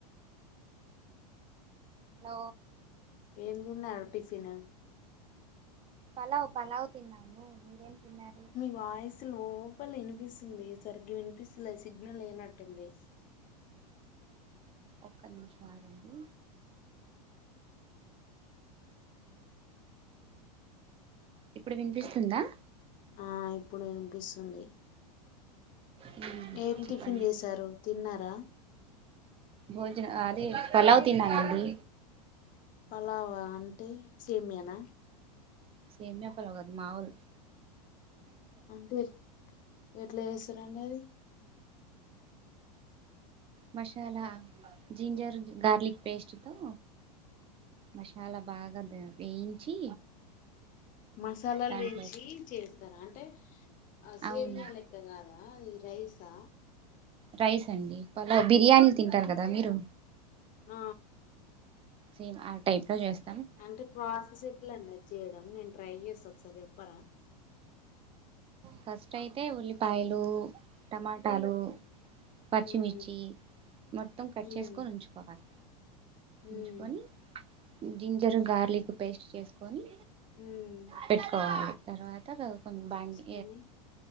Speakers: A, on the right; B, on the left.
A: అ
B: ఏం తిన్నారు టిఫన్
A: పలావ్ పలావ్ తిన్నాను మీరేం తిన్నారు
B: మీ వాయిసు లోపలి వినిపిస్తుంది సరిగ్గా వినిపిస్త స సగ్నల్ ఏనాటుంది
A: ఒక్క నిమిషం ఆగండి ఇప్పుడు వినిపిస్తుందా
B: ఆ ఇప్పుడు వినిపిస్తుంది
A: మ్మ్
B: ఏం
A: చెప్పండి
B: టిఫిన్ చేసారు తిన్నారా
A: భోజనం పలావ్ తిన్న అండి
B: పలావా అంటే సేమ్యా నా
A: సేమ్యా పలావ్ కాదు మామూల్
B: అంటే ఎట్లా చేస్తారుండి అది
A: మసాలా జింజర్ గార్లిక్ పేస్ట్తో మసాలా బాగా వేయించి
B: మసాలాలు
A: దాంట్లో
B: వెంచి చేస్తార అంటే ఆ సేమ్య
A: అవును
B: లెక్క కాదా అది రైసా
A: రైస్ అండి పలా బిర్యానీ తింటారు కదా మీరు
B: ఆ
A: సేమ్ ఆ టైప్ లో చేస్త
B: అంటే ప్రాసెస్ ఎట్లండి అది చేయడం నేను ట్రై చేస్తాఒకసారే చెప్పరా
A: ఫస్ట్ అయితే ఉల్లిపాయలు టమాటాలు పరిచిమిర్చి
B: ఉమ్
A: మొత్తం కట్
B: ఉమ్
A: చేసుకొని ఉంచుకోవాలి ఉంచుకొని
B: ఉమ్
A: జింజరు గార్లిక్ పేస్ట్ చేసుకొని
B: ఉమ్
A: పెట్టుకోవాలి తర్వాత ఇ కొన్ని బాండి
B: ఏంది